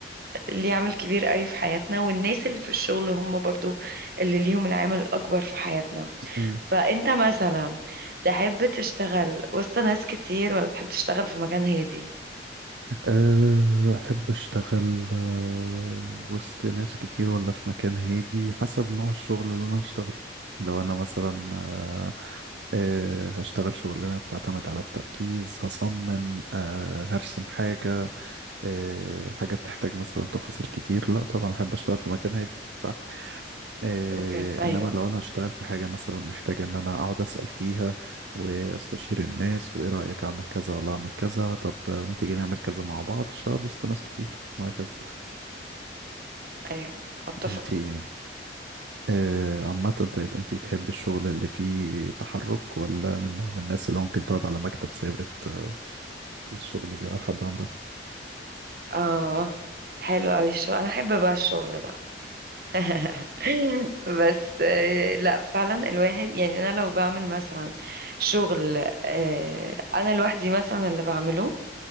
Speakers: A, on the right; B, on the right.
A: ليه عامل كبير قوي في حياتنا والناس اللي في الشغل هم برضو اللي ليهم العامل الاكبر في حياتنا
B: مم.
A: فانت مثلا تحب تشتغل وسط ناس كتير ولا تحب تشتغل في مكان هادي
B: أه، أحب أشتغل أه، وسط ناس كتير ولا في مكان هادي حسب نوع الشغل اللي أنا هشتغله لو أنا مثلا أه، أه، هشتغل شغلانة بتعتمد على التركيز هصمم أه، هرسم حاجة آه، حاجة بتحتاج مثلا تفاصيل كتير لا طبعا أحب أشتغل في مكان هادي صح آه،
A: اوكي ايوه
B: إنما لو أنا هشتغل في حاجة مثلا محتاجة إن أنا أقعد أسأل فيها وأستشير الناس وإيه رأيك أعمل كذا ولا أعمل كذا طب آه، ما تيجي نعمل كذا مع بعض أشتغل وسط ناس كتير وهكذا
A: ايوه اتفق
B: أنتي آه، عامة طيب أنتي بتحبي الشغل اللي فيه تحرك ولا من نوع من الناس اللي ممكن تقعد على مكتب ثابت آه، والشغل يجي على حد عندها
A: اه حلو اوي الشغل انا احب بقى الشغل ده <laughs> بس آه، لا فعلا الواحد يعني انا لو بعمل مثلا شغل آه، انا لوحدي مثلا اللي بعمله